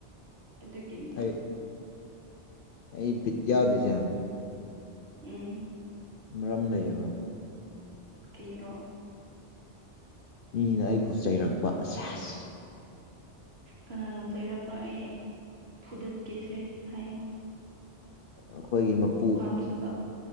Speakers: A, on the right; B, on the left.
A: ꯑꯗꯨꯒꯤꯅꯤ꯫
B: ꯑꯩ ꯑꯩ ꯕꯤꯠ ꯌꯥꯎꯗ꯭ꯔꯤꯁꯦ꯫
A: ꯎꯝ
B: ꯃꯔꯝ ꯂꯩꯌꯦꯕ
A: ꯀꯩꯒꯤꯔꯣ
B: ꯃꯤꯅ ꯑꯩꯕꯨ ꯆꯩꯔꯛꯄ ꯁꯦꯁ꯫
A: ꯀꯅꯥꯅ ꯆꯩꯔꯛꯄ꯭ꯔꯥ ꯑꯩ ꯐꯨꯗꯠꯀꯦꯁꯦ ꯍꯥꯏꯌꯣ꯫
B: ꯑꯩꯈꯣꯏꯒꯤ ꯃꯄꯨ
A: ꯃꯐꯝꯁꯨ ꯇꯥꯛꯑꯣ